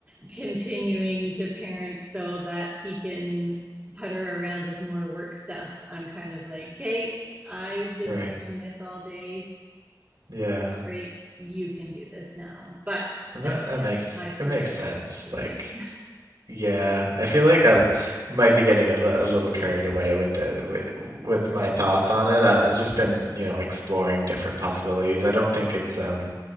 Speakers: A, on the right; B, on the right.
A: continuing to parent so that he can putter around with more work stuff. I'm kind of like, Kate, okay, I've been
B: Right.
A: doing this all day.
B: Yeah.
A: Break, you can do this now. But
B: That
A: that's
B: that
A: just
B: makes
A: my
B: it
A: personal
B: makes sense.
A: situation.
B: Like,
A: <laughs>
B: yeah, I feel like I might be getting a, li- a little carried away with it with with my thoughts on it. I've just been, you know, exploring different possibilities. I don't think it's um